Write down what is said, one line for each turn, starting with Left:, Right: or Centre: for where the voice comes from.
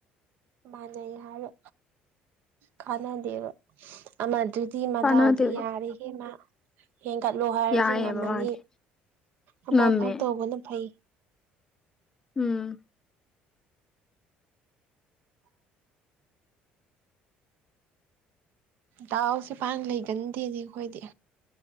Right: ꯃꯥꯅ ꯍꯥꯏꯔ ꯀꯅ ꯗꯕ ꯑꯃ ꯐꯃꯗꯥꯥꯎꯗꯤ
Left: ꯀꯥꯟꯅꯗꯦꯕ
Right: ꯌꯥꯔ ꯍ ꯃꯥ ꯍꯦꯟꯒꯠꯂꯣ ꯍꯥꯏꯔꯁꯨ
Left: ꯌꯥꯏꯑꯕ
Right: ꯉꯝꯃꯅꯤ
Left: ꯃꯥꯗꯤ
Right: ꯑꯃꯈꯛ
Left: ꯉꯝꯃꯦ
Right: ꯇꯧꯕꯅ ꯐꯩ
Left: ꯎꯝ
Right: ꯗꯥꯎꯁꯦ ꯄꯥꯟꯅ ꯂꯩꯒꯟꯗꯦꯅꯦ ꯑꯩꯈꯣꯏꯗꯤ